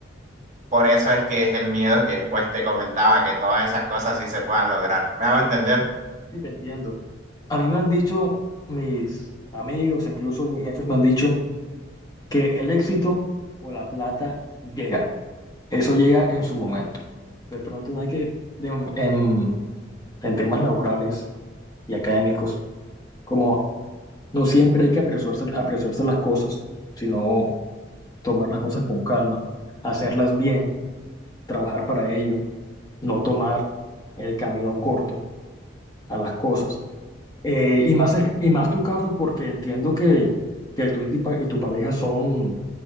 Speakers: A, on the right (about 40°); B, on the left (about 20°).
A: Por eso es que es el miedo que pues te comentaba, que todas esas cosas sí se puedan lograr. ¿Me hago entender?
B: Sí, te entiendo. A mí me han dicho mis amigos, incluso mis jefes me han dicho que el éxito o la plata llega. Eso llega en su momento. De pronto no hay que, de- en, en temas laborales y académicos, como no siempre hay que apresurarse, apresurarse las cosas, sino tomar las cosas con calma, hacerlas bien, trabajar para ello, no tomar el camino corto a las cosas. Eh, y más, y más tu caso, porque entiendo que, que tú y tu, pa- y tu pareja son